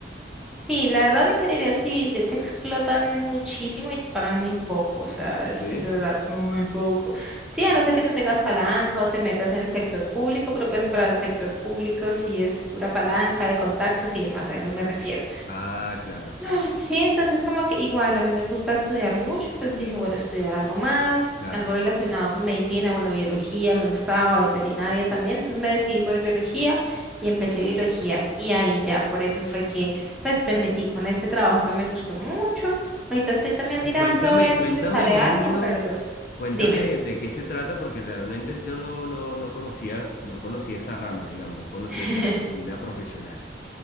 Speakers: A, in the centre; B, on the left (about 50°).
A: Sí, la verdad, ingeniería civil te explotan muchísimo y te pagan muy poco, o sea, es,
B: Sí.
A: es de verdad muy poco. Sí, a
B: Ah,
A: no ser que tú tengas palanca o te metas en el sector público, pero pues para el sector público sí es pura palanca de contactos y demás, a eso me refiero.
B: ah, claro, claro,
A: Ay, Sí, entonces como que igual a mí me gusta estudiar mucho, entonces dije, bueno, estudiar algo más,
B: claro.
A: algo relacionado con medicina, bueno, biología, me gustaba, veterinaria también, entonces me decidí por biología
B: Sí.
A: y empecé biología y ahí ya, por eso fue que pues me metí con este trabajo que me gustó mucho. Ahorita estoy también
B: Y
A: mirando
B: cuéntame,
A: a ver
B: cuéntame
A: si me sale
B: más
A: algo,
B: o menos,
A: pero pues
B: cuéntame
A: dime.
B: de qué se trata, porque realmente yo no, no, no conocía, no conocía esa rama, digamos, no conocía
A: <laughs>
B: esa línea profesional.